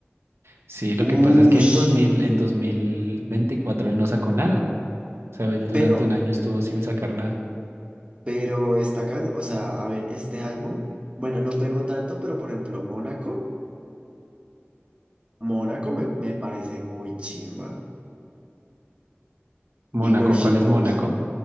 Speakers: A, on the right (about 80°); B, on the right (about 30°).
A: Sí, lo
B: Ush.
A: que pasa es que en dos mil, en 2024 él no sacó nada. O sea, él durante
B: Pero,
A: un año estuvo sin sacar nada.
B: pero esta can o sea, a ver, este álbum, bueno, no pegó tanto, pero por ejemplo, Mónaco. Mónaco me, me parece muy chimba.
A: Mónaco,
B: Y Where She
A: ¿cuál es
B: Goes.
A: Mónaco?